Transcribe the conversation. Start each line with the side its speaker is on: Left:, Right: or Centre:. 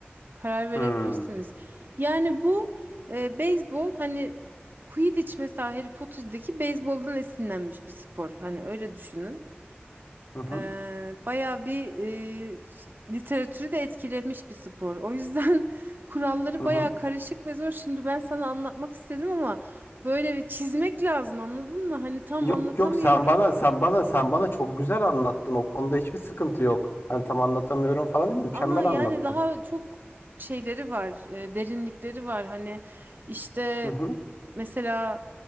Right: Karar verebilirsiniz.
Left: Hmm.
Right: Yani bu e, beyzbol hani Quidditch mesela Harry Potter'daki beyzboldan esinlenmiş bir spor. Hani öyle düşünün.
Left: Hı hı,
Right: Eee bayağı bir eee, literatürü de etkilemiş bir spor. O yüzden <laughs> kuralları
Left: hı hı.
Right: bayağı karışık ve zor. Şimdi ben sana anlatmak istedim ama böyle bir çizmek lazım anladın mı? Hani tam
Left: Yok
Right: anlatamıyorum
Left: yok sen bana sen bana sen bana çok güzel anlattın o konuda hiçbir sıkıntı yok. Hani tam anlatamıyorum falan değil mükemmel
Right: ama yani
Left: anlattın.
Right: daha çok şeyleri var, eee, derinlikleri var. Hani işte
Left: Hı hı.
Right: mesela